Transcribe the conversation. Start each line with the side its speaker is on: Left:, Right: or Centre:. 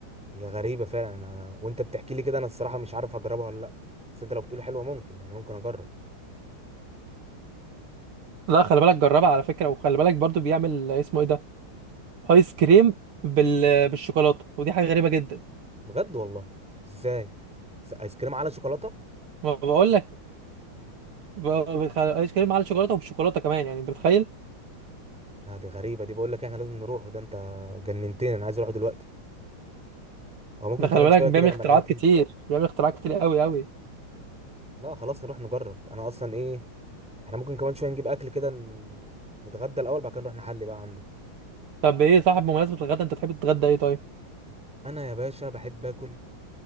Centre: هي غريبه فعلا انا أنا- وانت بتحكي لي كده انا الصراحه مش عارف اجربها ولا لا بس انت لو بتقولي حلوه ممكن يعني ممكن اجرب
Right: لا خلي بالك جربها على فكره وخلي بالك برضو بيعمل اسمه ايه ده ايس كريم بال... بالشوكولاته ودي حاجه غريبه جدا
Centre: بجد والله ازاي ز- ايس كريم على شوكولاته
Right: ما بقول لك ب- بخ- ايس كريم على الشوكولاته وبالشوكولاته كمان يعني انت متخيل
Centre: آه دي غريبه دي بقول لك احنا لازم نروح وده انت جننتني انا عايز اروح دلوقتي او ممكن
Right: ده
Centre: كمان
Right: خلي بالك
Centre: شويه
Right: بيعمل
Centre: كده لما
Right: اختراعات
Centre: العيال تيجي
Right: كتير بيعمل اختراعات كتير قوي قوي
Centre: لا خلاص نروح نجرب انا اصلا ايه احنا ممكن كمان شويه نجيب اكل كده ن- نتغدى الاول بعد كده نروح نحلي بقى عنده
Right: طب ايه صاحب بمناسبة الغدا انت تحب تتغدى ايه طيب
Centre: انا يا باشا بحب اكل